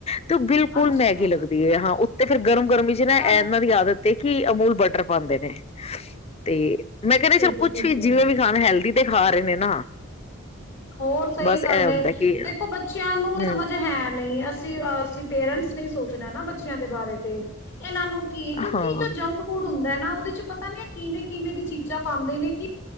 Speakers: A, on the left (about 30°); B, on the left (about 70°).
A: ਤੇ ਬਿਲਕੁਲ
B: ਅੱਛਾ,
A: ਮੈਗੀ ਲੱਗਦੀ ਹੈ ਹਾਂ ਤੇ ਫਿਰ ਗਰਮ ਗਰਮੀ ਚ
B: ਅੱਛਾ
A: ਨਾ ਇਹ ਇਹਨਾਂ ਦੀ ਆਦਤ ਕੀ ਅਮੂਲ ਬਟਰ ਪਾਾਂਉਂਦੇ ਨੇ ਤੇ ਮੈਂ ਕਹਿੰਦੇ
B: ਠੀਕ
A: ਚਲ ਕੁਛ
B: ਐ ਠੀਕ
A: ਵੀ
B: ਐ।
A: ਜਿਵੇਂ ਵੀ ਖਾਣਾ ਹੈਲਦੀ ਤੇ ਖਾ ਰਹੇ ਨੇ ਨਾ
B: ਹੋਰ ਸਹੀ
A: ਬਸ
B: ਗੱਲ
A: ਇਹ ਹੁੰਦਾ
B: ਏ
A: ਕਿ
B: ਦੇਖੋ ਬੱਚਿਆਂ ਨੂੰ
A: ਹਮ
B: ਸਮਝ ਹੈ ਨਹੀਂ ਅਸੀਂ ਅ ਅਸੀਂ ਪੇਰੈਂਟਸ ਨੇ ਸੋਚਣਾ ਨਾ ਬੱਚਿਆਂ ਦੇ ਬਾਰੇ ਤੇ ਇਹਨਾਂ ਨੂੰ ਕੀ ਕਿਉਂਕਿ
A: ਹਾਂ
B: ਜੋ ਜੰਕ ਫੂਡ ਹੁੰਦਾ ਨਾ ਉਹਦੇ ਚ ਪਤਾ ਨੀ ਹੈ ਕਿਵੇਂ ਕਿਵੇਂ ਦੀ ਚੀਜ਼ਾਂ ਪਾਉਂਦੇ ਨੇ ਕਿ